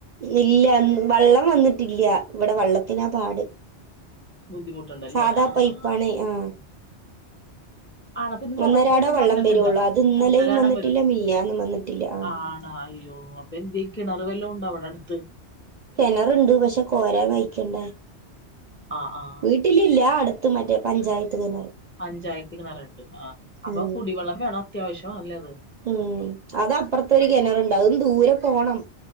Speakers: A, on the right (about 55°); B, on the left (about 20°).
A: ഇല്ല! വള്ളം വന്നിട്ടില്ല ഇവിടെ വള്ളത്തിനാ പാട്
B: ബുദ്ധിമുട്ടുണ്ടല്ലേ
A: സാദാ
B: ആഹ്
A: പൈപ്പാണെ
B: ആഹ്
A: ആ
B: ആണ പിന്നെ മുടക്കുവല്ലോം
A: ഒന്നരാട വെള്ളം
B: തന്നിട്ടുണ്ടാ
A: വരുള്ളൂ അത് ഇന്നലെയും
B: ഒന്നരാടം
A: വന്നിട്ടില്ല
B: വരും
A: മിനിഞ്ഞാന്നും വന്നിട്ടില്ല ആഹ്
B: ആണോ? അയ്യോ അപ്പൊ എന്തെ കിണറ് വല്ലോം ഉണ്ടൊ അവിടെ അടുത്ത്?
A: കിണറുണ്ട്! പക്ഷെ കോരാൻ വയിക്കണ്ടേ
B: ആ ആ
A: വീട്ടിലില്ല അടു അത് മറ്റേ പഞ്ചായത്ത് കിണർ
B: പഞ്ചായത്ത് കിണറുണ്ട് ആ അപ്പൊ
A: ഉം
B: കുടിവെള്ളം വേണം അത്യാവശ്യം ആല്ലെത്?
A: ഉം അത് അപ്പറത്ത് ഒരു കിണറുണ്ട് അതും ദൂരെ പോണം